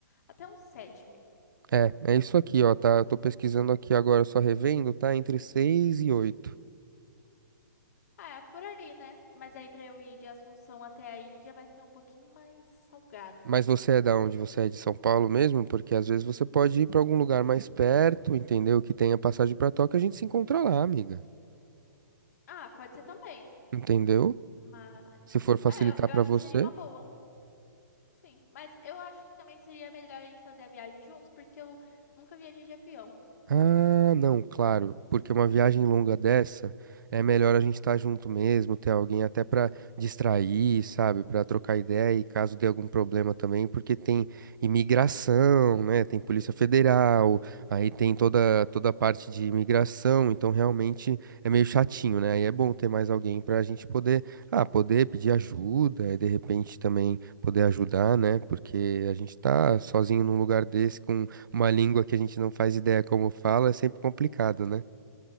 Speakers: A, on the left (about 50°); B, on the right (about 75°).
A: até uns 7 mil.
B: É, é isso aqui, ó, tá? Eu tô pesquisando aqui agora, só revendo, tá? Entre seis e 8.
A: Ah, é por aí, né? Mas aí para eu ir de Assunção até aí já vai ser um pouquinho mais salgado.
B: Mas você é da onde? Você é de São Paulo mesmo? Porque às vezes você pode ir pra algum lugar mais perto, entendeu? Que tenha passagem pra Tóquio, a gente se encontra lá, amiga.
A: Ah, pode ser também.
B: Entendeu?
A: Mas
B: Se for facilitar
A: é, eu, eu
B: pra
A: acho
B: você.
A: que seria uma boa. Sim, mas eu acho que também seria melhor a gente fazer a viagem juntos, porque eu nunca viajei de avião.
B: Ah, não, claro, porque uma viagem longa dessa é melhor a gente estar junto mesmo, ter alguém até pra distrair, sabe, Pra trocar ideia e caso dê algum problema também, porque tem imigração, né? Tem Polícia Federal, aí tem toda toda a parte de imigração, então realmente é meio chatinho, né? Aí é bom ter mais alguém pra gente poder, ah, poder pedir ajuda e de repente também poder ajudar, né? Porque a gente tá sozinho num lugar desse uma língua que a gente não faz ideia como fala é sempre complicado, né?